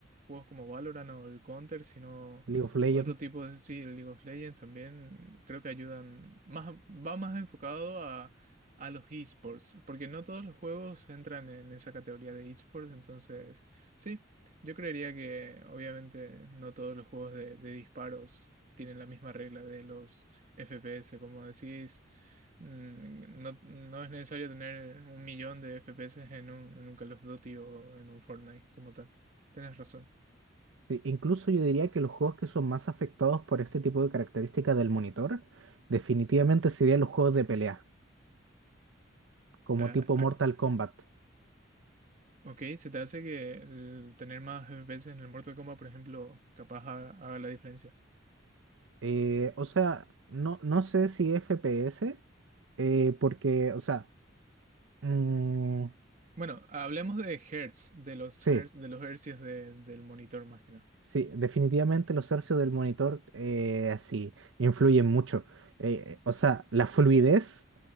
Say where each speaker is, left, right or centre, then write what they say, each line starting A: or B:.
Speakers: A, on the right; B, on the right.
A: juegos como Valorant o el Counter, sino
B: League of Legends
A: otro tipo de, sí, el League of Legends también creo que ayudan más va más enfocado a a los esports, porque no todos los juegos entran en esa categoría de esports, entonces, sí. Yo creería que obviamente no todos los juegos de, de disparos tienen la misma regla de los FPS, como decís, mm, no, no es necesario tener un millón de FPS en un, en un Call of Duty o en un Fortnite como tal. Tenés razón.
B: Sí, incluso yo diría que los juegos que son más afectados por este tipo de características del monitor, definitivamente serían los juegos de pelea, como
A: Ah,
B: tipo Mortal
A: ac-
B: Kombat.
A: ok, se te hace que el tener más FPS en el Mortal Kombat, por ejemplo, capaz ha- haga la diferencia.
B: Eh, o sea, no, no sé si FPS, eh, porque, o sea, mm,
A: Bueno, hablemos de hertz, de los
B: sí,
A: hertz, de los hercios de- del monitor más que nada.
B: Sí, definitivamente los hercios del monitor eh, así influyen mucho. Eh, o sea, la fluidez,